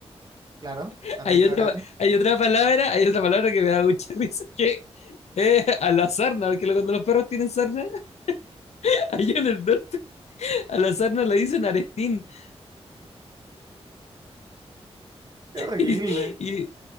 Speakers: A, on the right; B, on the left.
A: claro,
B: <laughs>
A: también
B: Hay
A: cabro
B: otra, hay otra palabra, hay otra palabra que me da mucha <laughs> risa, que es a la sarna, porque lo- cuando los perros tienen sarna, <laughs> allá en el norte, a la sarna le dicen arestín. <laughs>
A: Qué horrible.
B: Y, y-